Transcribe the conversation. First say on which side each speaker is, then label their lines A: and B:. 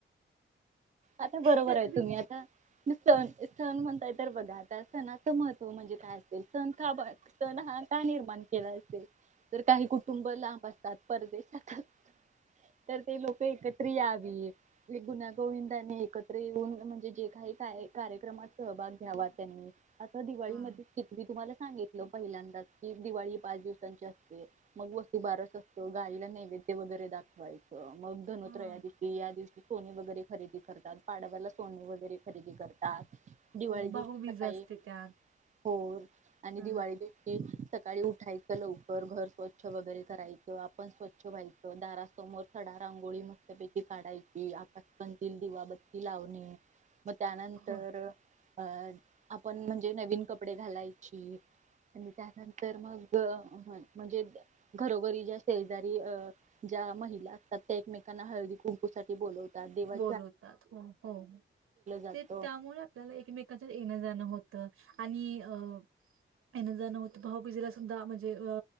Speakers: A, on the right; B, on the right.
A: आता बरोबर
B: त्यातली
A: आहे तुम्ही आता सण सण म्हणताय तर बघा आता सणाचं महत्त्व म्हणजे काय असेल सण का सण हा का निर्माण केला तर काही कुटुंब लांब असतात परदेशात असतात तर ते लोक एकत्र यावी लिबूनान गोविंदांनी एकत्र येऊन म्हणजे जे काही कार्यक्रमात सहभाग घ्यावा त्यांनी हो दिवाळीमध्येकी
B: हा
A: मी तुम्हाला हे पहिल्यांदा की दिवाळी पाच दिवसांचे असते. मग वसुबारच असतं गायला नैवेद्य वगैरे दाखवायचं मग धनोत्र
B: हा
A: या दिवशी या दिवशी सोने वगैरे खरेदी करतात पाडव्याला सोने वगैरे खरेदी करतात दिवाळी
B: हो
A: दिवशी
B: भाऊबीज
A: सकाळी
B: असते त्यात
A: हो आणि
B: हा
A: दिवाळी दिवशी सकाळी उठायचं लवकर भर स्वच्छ वगैरे कराय आपण स्वच्छ व्हायचं दारासमोर सडा रांगोळी मस्तपैकी काढायची आकाशात बाबत ते लावणे मग त्यानंतर
B: हो
A: अ आपण म्हणजे नवीन कपडे घालायची आणि त्यानंतर मग म्हणजे घरोघरी ज्या शेजारी अ ज्या महिला असतात त्या एकमेकांना हळदी कुंकू साठी बोलव त्यात देवा
B: बोलवतात हो
A: जात
B: ते त्यामुळे आपल्याला एकमेकांच येन जाण हो आणि अअ अन जाणवत भाऊबीजेला सुद्धा म्हणजे अ